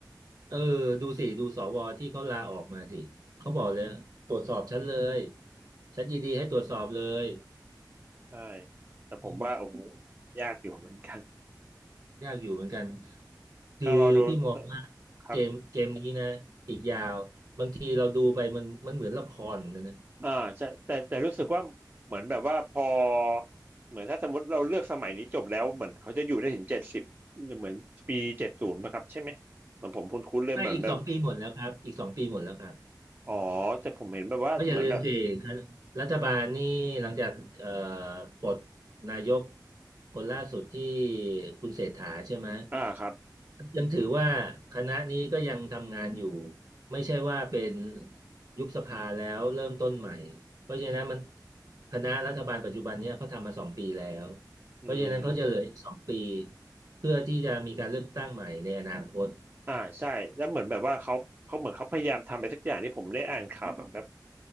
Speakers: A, on the right; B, on the right.
A: เออดูสิดูสวที่เขาลาออกมาสิเขาบอกเลยตรวจสอบฉันเลยฉันยินดีให้ตรวจสอบเลย
B: ใช่แต่ผมว่าโอ้โห
A: อืม
B: ยากอยู่เหมือนกัน
A: ยากอยู่เหมือนกันคือพี่มองว่า
B: ต้องรอดูครับ
A: เกมเกมนี้นะอีกยาวบางทีเราดูไปมันมันเหมือนละครเหมือนกันนะ
B: อ่าใช่แต่แต่รู้สึกว่าเหมือนแบบว่าพอเหมือนถ้าสมมติเราเลือกสมัยนี้จบแล้วเหมือนเขาจะอยู่ได้ถึงเจ็ดสิบเหมือนปีเจ็ดศูนย์ป่ะครับใช่ไหมเหมือนผมคุ้นๆเลยเหมือนแบบ
A: ไม่อีกสองปีหมดแล้วครับอีกสองปีหมดแล้วครับ
B: อ๋อแต่ผมเห็นแบบว่าเหมือนแบบ
A: เพราะอย่าลืมสิคณะรัฐบาลนี่หลังจากเอ่อปลดนายกคนล่าสุดที่คุณเศรษฐาใช่ไหม
B: อ่าครับ
A: ยังถือว่าคณะนี้ก็ยังทำงานอยู่ไม่ใช่ว่าเป็นยุบสภาแล้วเริ่มต้นใหม่เพราะฉะนั้นมันคณะรัฐบาลปัจจุบันเนี่ยเขาทำมาสองปีแล้วเพราะฉะนั้นเขาจะเหลืออีกสองปี
B: อืม
A: เพื่อที่จะมีการเลือกตั้งใหม่ในอนาคต
B: อ่าใช่แล้วเหมือนแบบว่าเขาเขาเหมือนเขาพยายามทำอะไรสักอย่างที่ผมได้อ่านข่าวแบบแบบ